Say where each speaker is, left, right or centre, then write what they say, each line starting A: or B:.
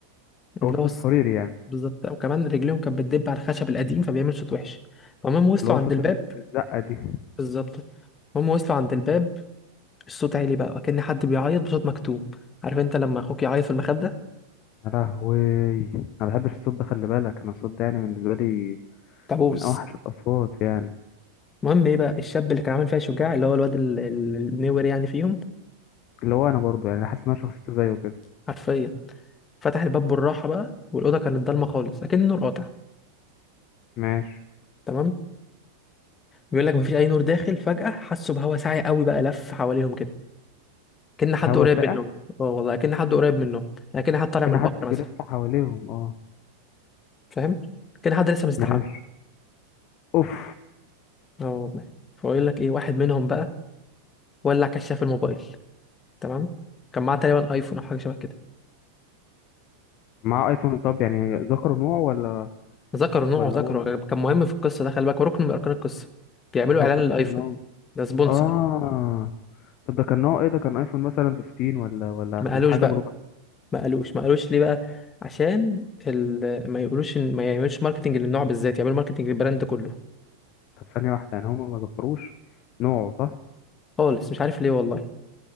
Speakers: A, on the left; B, on the left.
A: اللي
B: هو صوت
A: هو
B: الصرير
A: س-
B: يعني
A: بالظبط وكمان رجليهم كانت بتدب على الخشب القديم فبيعمل صوت وحش المهم وصلوا
B: اللي هو
A: عند
B: صوت
A: الباب
B: ال- الزقة دي
A: بالظبط هم وصلوا عند الباب الصوت عالي بقى كأن حد بيعيط بصوت مكتوم عارف انت لما اخوك يعيط في المخدة
B: يا لهوي انا ما بحبش الصوت ده خلي بالك انا الصوت ده يعني بالنسبة لي
A: تعبوس
B: من اوحش الاصوات يعني
A: المهم ايه بقى الشاب اللي كان عامل فيها شجاع اللي هو الواد ال- ال- النور يعني فيهم
B: اللي هو انا برضو يعني حاسس ان انا شخصيته زيه كده
A: حرفيا فتح الباب بالراحة بقى والأوضة كانت ضلمة خالص أكن النور قاطع
B: ماشي
A: تمام بيقول لك مفيش أي نور داخل فجأة حسوا بهوا ساعي قوي بقى لف حواليهم كده كأن حد
B: هوا
A: قريب
B: ساقع
A: منهم اه والله كأن حد قريب منهم يعني كأن حد طالع
B: كان
A: من البحر
B: حد بيلف
A: مثلا
B: حواليهم اه
A: فاهم كأن حد لسه مستحمى
B: ماشي اوف
A: اه والله فيقول لك إيه واحد منهم بقى ولع كشاف الموبايل تمام كان معاه تقريبا ايفون او حاجه شبه كده
B: مع ايفون طب يعني ذكروا نوع ولا
A: ذكر نوعه
B: ولا
A: وذكر
B: هو
A: هو كان مهم في القصه ده خلي بالك هو ركن من اركان القصه بيعملوا
B: طب
A: اعلان للايفون
B: كان نوع
A: ده سبونسر
B: اه طب ده كان نوع ايه ده كان ايفون مثلا 15 ولا ولا
A: ما
B: كان
A: قالوش
B: حاجه
A: بقى
B: برو ماكس
A: ما قالوش ما قالوش ليه بقى عشان ال... ما يقولوش إن... ما يعملوش ماركتنج للنوع بالذات يعملوا ماركتنج للبراند كله
B: طب ثانيه واحده يعني هم ما ذكروش نوعه صح
A: خالص مش عارف ليه والله